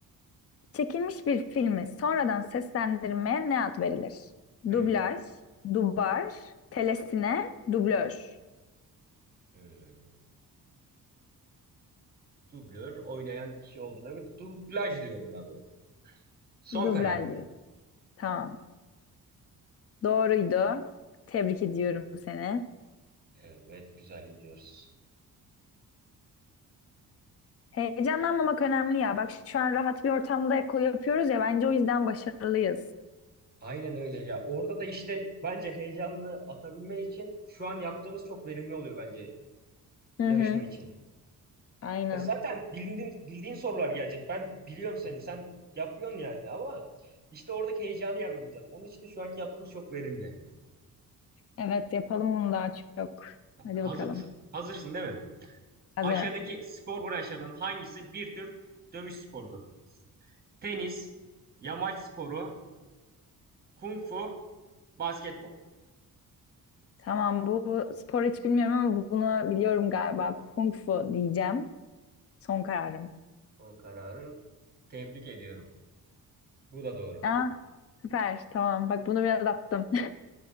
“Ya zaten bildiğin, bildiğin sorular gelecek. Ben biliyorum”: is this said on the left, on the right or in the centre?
Right